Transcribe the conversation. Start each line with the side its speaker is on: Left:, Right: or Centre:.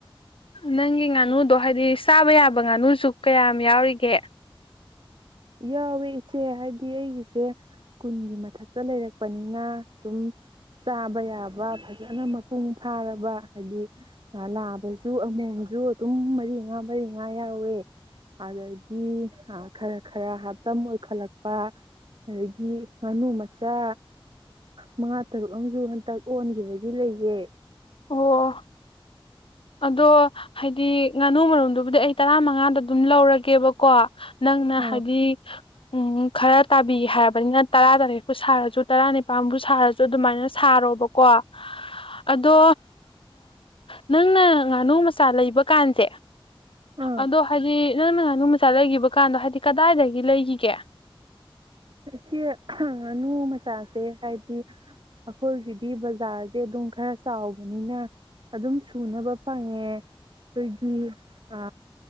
Left: ꯅꯪꯒꯤ ꯉꯥꯅꯨꯗꯣ ꯍꯥꯏꯗꯤ ꯆꯥꯕ ꯌꯥꯕ ꯉꯥꯅꯨꯁꯨ ꯀꯌꯥꯝ ꯌꯥꯎꯔꯤꯒꯦ
Right: ꯌꯥꯎꯋꯦ ꯏꯆꯦ ꯍꯥꯏꯗꯤ ꯑꯩꯒꯤꯁꯦ ꯀꯨꯟꯒꯤ ꯃꯊꯛꯇ ꯂꯩꯔꯛꯄꯅꯤꯅ ꯑꯗꯨꯝ ꯆꯥꯕ ꯌꯥꯕ ꯐꯖꯅ ꯃꯄꯨꯡ ꯐꯥꯔꯕ ꯍꯥꯏꯗꯤ ꯅꯥꯕꯁꯨ ꯑꯃꯣꯝꯁꯨ ꯑꯗꯨꯝ ꯃꯔꯤ ꯃꯉꯥ ꯃꯔꯤ ꯃꯉꯥ ꯌꯥꯎꯋꯦ ꯑꯗꯒꯤ ꯈꯔ ꯈꯔ ꯍꯥꯞꯇꯝ ꯑꯣꯏꯈꯠꯂꯛꯄ ꯑꯗꯒꯤ ꯉꯥꯅꯨ ꯃꯆꯥ ꯃꯉꯥ ꯇꯔꯨꯛ ꯑꯃꯁꯨ ꯍꯟꯇꯛ ꯑꯣꯟꯈꯤꯕꯒꯤ ꯂꯩꯌꯦꯦ
Left: ꯑꯣ ꯑꯗꯣ ꯍꯥꯏꯗꯤ ꯉꯥꯅꯨ ꯃꯔꯣꯝꯗ ꯑꯗꯨꯗꯤ ꯑꯩ ꯇꯔꯥꯃꯉꯥꯗ ꯑꯗꯨꯝ ꯂꯧꯔꯒꯦꯕ ꯀꯣ ꯅꯪꯅ
Right: ꯑꯥ
Left: ꯍꯥꯏꯗꯤ ꯎꯝ ꯈꯔ ꯇꯥꯕꯤꯒꯦ ꯍꯥꯏꯔꯕꯅꯤꯅ ꯇꯔꯥꯇꯔꯦꯠꯄꯨ ꯁꯥꯔꯁꯨ ꯇꯔꯥꯅꯤꯄꯥꯥꯟꯕꯨ ꯁꯥꯔꯁꯨ ꯑꯗꯨꯃꯥꯏꯅ ꯁꯥꯔꯣꯕꯀꯣ ꯑꯗꯣ ꯅꯪꯅ ꯉꯥꯅꯨ ꯃꯆꯥ ꯂꯩꯕ ꯀꯥꯟꯁꯦ
Right: ꯑꯥ
Left: ꯑꯗꯣ ꯍꯥꯏꯗꯤ ꯅꯪꯅ ꯉꯥꯅꯨ ꯃꯆꯥ ꯂꯩꯈꯤꯕ ꯀꯥꯟꯗꯣ ꯍꯥꯏꯗꯤ ꯀꯗꯥꯏꯗꯒꯤ ꯂꯩꯒꯤꯒꯦ
Right: ꯏꯆꯦ ꯉꯥꯅꯨ ꯃꯆꯥꯁꯦ ꯍꯥꯏꯗꯤ ꯑꯩꯈꯣꯏꯒꯤꯗꯤ ꯕꯖꯥꫪꯁꯦ ꯑꯗꯨꯝ ꯈꯔ ꯆꯥꯎꯕꯅꯤꯅ ꯑꯗꯨꯝ ꯁꯨꯅꯕ ꯐꯪꯉꯦ ꯑꯩꯈꯣꯏꯒꯤ ꯑ